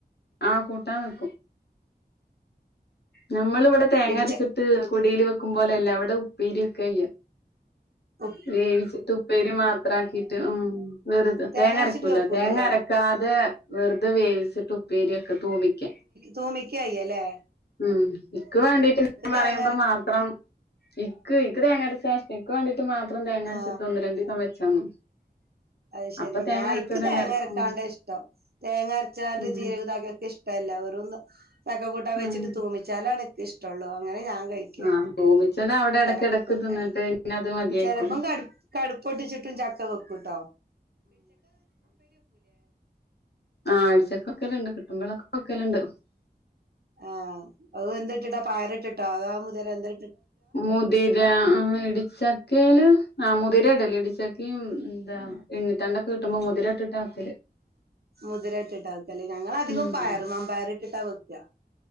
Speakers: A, on the left; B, on the right.
A: ആ കൂട്ടാൻ വെക്കും നമ്മള് ഇവ്ടെ തേങ്ങ
B: ഇടിച്ച
A: അരച്ചിട്ട് കുടില് വെക്കുംബോലെ അല്ല അവ്ടെ ഉപ്പെരി വെക്കെയ്യാ
B: ഉ
A: വേവിച്ചിട്ട് ഉപ്പേരി മാത്രാക്കിട്ട് ഉം വെറുത
B: തേങ്ങരച്ചിട്ട്
A: തേങ്ങഅരക്കൂല
B: വെക്കൂല
A: തേങ്ങഅരക്കാതെ
B: അല്ലേ
A: വെറുതെ വേവിച്ചിട്ട് ഉപ്പേരിയാക്ക തൂമിക്ക്യ
B: തൂമിക്കായ്യലെ
A: ഉം ഇക്ക് വാണ്ടീട്ട് ഞാൻ പറയുമ്പ
B: തേങ്ങര
A: മാത്രം ഇക്ക് ഇക്ക് തേങ്ങഅരച്ചതാ ഷ് ഇക്ക് വേണ്ടിട്ട് മാത്രം തേങ്ങാരച്ച്
B: ആ
A: ഒന്ന് രണ്ടീസം വെച്ചന്നു
B: അത് ശെരി
A: അപ്പൊ തേങ്ങ
B: ഞായിക്ക്
A: അരച്ചത്
B: തേങ്ങ
A: എല്ലാർക്കും
B: അരക്കാണ്ടാ ഇഷ്ട്ടം തേങ്ങ അരച്ചാതെ
A: ഉം
B: ജീരകതാക്കിയ ക്ക് ഇഷ്ട്ടല്ല വെറും ചക്ക കൂട്ടാൻ വെച്ചിട്ട്
A: ഉം
B: തൂമിച്ചാലാണ് ക്ക് ഇഷ്ട്ടള്ളൂ അങ്ങനെ ഞാൻ കയ്ക്ക
A: ആഹ് തൂമിച്ചത് അവിടെ ഇടക്കിടക്ക്
B: എടക്കൊക്കെ
A: തിന്നിട്ട് പിന്നെ അത് മതിയായിക്കുണു
B: ചെലപ്പം കട് കട്പ്പ് പൊട്ടിച്ചിട്ടും ചക്ക വെക്കുട്ടൊ
A: ആ ആഴ്ചക്ക് ക്കലൊണ്ട് കിട്ടുമ്പളൊക്കെ പ്പക്കല്ണ്ട്
B: ആ അത് എന്തിട്ടിട്ടാ പയറിട്ടിട്ടോ അതൊ മുതിര എന്താ
A: മുതിര ആ ഇടിച്ചക്കെല് ആ മുതിര ഇടല് ഇടിച്ചക്കേം ദാ ഇണ്ണിത്തണ്ടൊക്കെട്ടുമ്പോ മുതിര ഇട്ടിട്ടാവെക്കല്
B: മുതിര ഇട്ടിട്ടാ വെക്കല് ഞങ്ങള് അധികോം
A: ഉം
B: പയറ് മമ്പയറിട്ടിട്ടാ വെക്ക്ആ